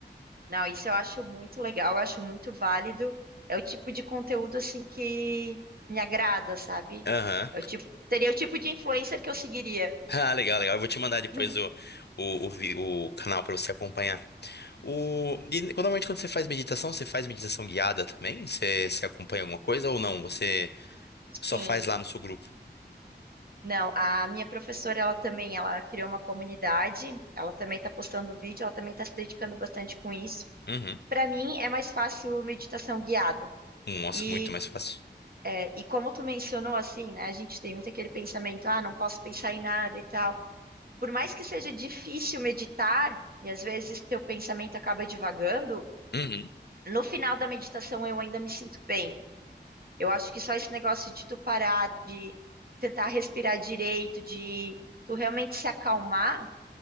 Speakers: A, on the right; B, on the left.
A: Não, isso eu acho muito legal, eu acho muito válido. É o tipo de conteúdo assim que me agrada, sabe?
B: Aham. <laughs>
A: É o tipo, seria o tipo de influencer que eu seguiria.
B: Ah, legal, legal. Eu vou te mandar depois
A: <laughs>
B: o, o, o, vi- o canal pra você acompanhar. O... E normalmente quando você faz meditação, você faz meditação guiada também? Você, você acompanha alguma coisa ou não? Você só
A: Sim.
B: faz lá no seu grupo?
A: Não, a minha professora, ela também, ela criou uma comunidade, ela também está postando vídeo, ela também está se dedicando bastante com isso.
B: Uhum.
A: Para mim, é mais fácil meditação guiada.
B: Nossa,
A: E
B: muito mais fácil.
A: É, e como tu mencionou, assim, né, a gente tem muito aquele pensamento, ah, não posso pensar em nada e tal. Por mais que seja difícil meditar, e às vezes teu pensamento acaba divagando,
B: Uhum.
A: no final da meditação eu ainda me sinto bem. Eu acho que só esse negócio de tu parar, de tentar respirar direito, de tu realmente se acalmar,